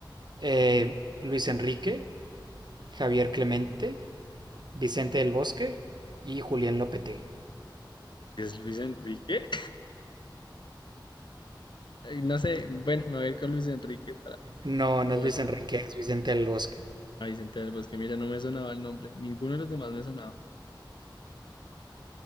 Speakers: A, on the right; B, on the left.
A: Eh, Luis Enrique, Javier Clemente, Vicente del Bosque y Julen Lopetegui.
B: ¿Es Luis Enrique? <laughs> Ay, No sé, bueno, me voy a ir con Luis Enrique para
A: No, no
B: la
A: es
B: vuelta.
A: Luis Enrique, es Vicente del Bosque.
B: A Vicente del Bosque, mira, no me sonaba el nombre. Ninguno de los demás me sonaba.